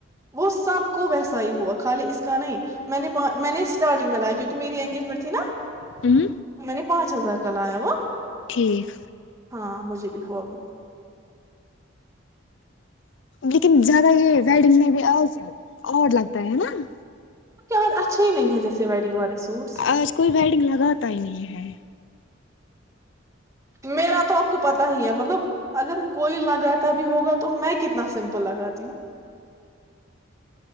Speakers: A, on the right; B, on the left.
A: وہ سب کو ویسا ہی ہوا خالی اس کا نہیں میں نے میں نے اسٹارٹنگ میں لیا کیونکہ میری انگیجمنٹ تھی نا
B: ہوں
A: میں نے پانچ ہزار ک ل آیا وا
B: ٹھیک
A: ہاں مجھے بھی ہواب
B: لیکن زیادہ یہ ویڈنگ میں بھی اور لگتا ہے ہے نا
A: کے ب اچھے ہی نہیں ہے جیسے ویڈنگ والے سوٹس
B: آج کوئی ویڈنگ لگاتا ہی نہیں ہے
A: میرا تو آپ کو پتا ہی ہے مطلب اگر کوئی لگاتا بھی ہوگا تو میں کتنا سمپل لگاتی ہوں